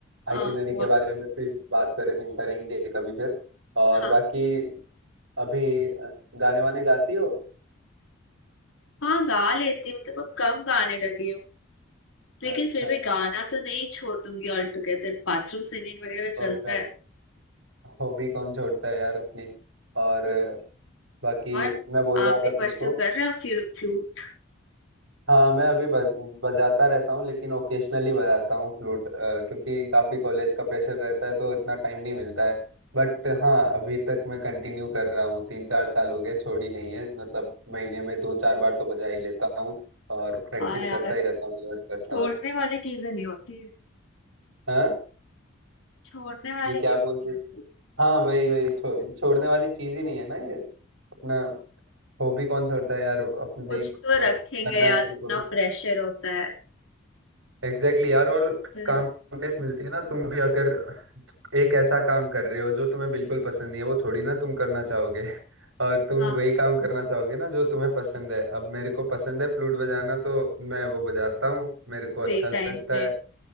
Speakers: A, on the right (about 70°); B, on the left (about 75°).
A: आइटिनरी
B: हाँ बहुत
A: के बारे में फिर बात करेंगे करेंगे कभी फिर और
B: हाँ
A: बाकी अभी अ, गाने वाने गाती हो
B: हाँ गा लेती हूँ तो मैं कम गाने लगी हूँ लेकिन
A: अच्छा
B: फिर भी गाना तो नहीं छोड़ दूंगी ऑल टुगेदर बाथरूम सिंगिंग वगैरह चलता
A: और क्या
B: है
A: हॉबी कौन छोड़ता है यार अपनी और अ, बाकी
B: और
A: मैं बोल
B: आप
A: रहा
B: भी
A: था
B: परस्यू
A: तुमको
B: कर रहे हो फिर फ्लूट
A: हाँ मैं अभी ब- बजाता रहता हूँ लेकिन ओकेशनली बजाता हूँ फ्लूट क्योंकि काफी कॉलेज का प्रेशर रहता है तो इतना टाइम नहीं मिलता है बट हाँ अभी तक मैं कंटिन्यू कर रहा हूँ तीन चार साल हो गए छोड़ी नहीं है मतलब महीने में दो चार बार तो बजा ही लेता हूँ और प्रैक्टिस
B: हाँ यार
A: करता ही रहता हूँ रिहर्स करता
B: छोड़ने
A: हूँ
B: वाली चीजें नहीं होती है
A: हाँ
B: छोड़ने वाली
A: जी क्या
B: चीज
A: बोल
B: नहीं
A: रहे
B: होती
A: हाँ वही वही छो, छोड़ने वाली चीज ही नहीं है ना ये अपना हॉबी कौन छोड़ता है यार अपनी
B: कुछ
A: को
B: तो रखेंगे
A: करना
B: यार
A: है बिल्कुल।
B: इतना प्रेशर होता है
A: एग्जैक्टली exactly यार और
B: हम्म,
A: काम मिलती है ना तुम भी अगर एक ऐसा काम कर रहे हो जो तुम्हें बिल्कुल पसंद नहीं है वो थोड़ी ना तुम करना चाहोगे <laughs> और तुम
B: हाँ
A: वही काम करना चाहोगे ना जो तुम्हें पसंद है अब मेरे को पसंद है फ्लूट बजाना तो मैं वो बजाता हूँ मेरे को अच्छा
B: फ्री
A: लगता
B: टाइम में
A: है